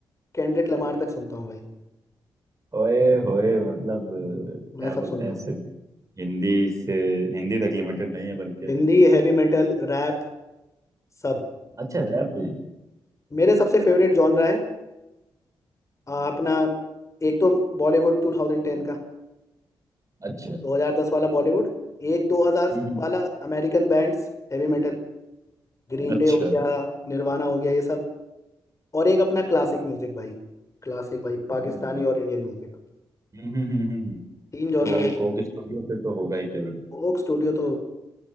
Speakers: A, on the left; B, on the right.
A: केंड्रिक लमार तक सुनता हूँ भाई
B: ओए होए मतलब अ,
A: हम्म।
B: क्या
A: मैं
B: बोलते
A: सब सुनता
B: हैं
A: हूँ
B: सिर्फ हिंदी से हिंदी तक लिमिटेड नहीं है बल्कि
A: हिंदी हैवी मेटल रैप सब
B: अच्छा रैप भी
A: मेरे सबसे फेवरेट जॉनरा है आ, अपना एक तो बॉलीवुड 2010 का
B: अच्छा
A: 2010 वाला बॉलीवुड एक 2000
B: हम्म, हम्म,
A: वाला American bands heavy metal Green
B: अच्छा
A: Day हो
B: हाँ,
A: गया निर्वाणा हो गया ये सब और एक अपना क्लासिक म्यूजिक भाई क्लासिक भाई पाकिस्तानी
B: हाँ।
A: और इंडियन म्यूजिक
B: हम्म, हम्म, हम्म, हम्म। हम्म।
A: तीन जॉनर
B: तो
A: में
B: कोक स्टूडियो फिर तो होगा ही फेवरेट
A: ओक स्टूडियो तो